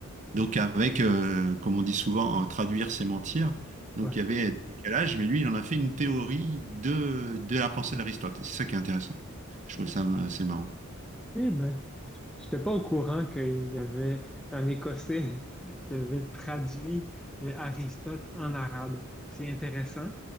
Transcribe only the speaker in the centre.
Ouais.
Eh ben. J'étais pas au courant qu'il y avait un Écossais <laughs> qui avait traduit euh, Aristote en arabe. C'est intéressant